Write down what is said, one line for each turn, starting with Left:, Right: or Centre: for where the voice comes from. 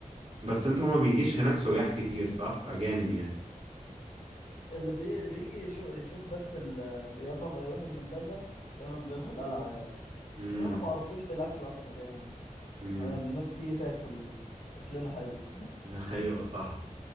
Right: بس انتوا ما بيجيش هناك سياح كتير صح أجانب يعني
Left: اللي بي... اللي بيجي يشوف, يشوف بس ال... يا اما ما يروح المنتزه يا اما بيروح القلعة يعني
Right: امم
Left: بس احنا معروفين بالأكل أكتر يعني
Right: امم
Left: احنا الناس بتيجي تاكل أكلنا حلو <laughs>
Right: <laughs> أيوة
Left: اه
Right: صح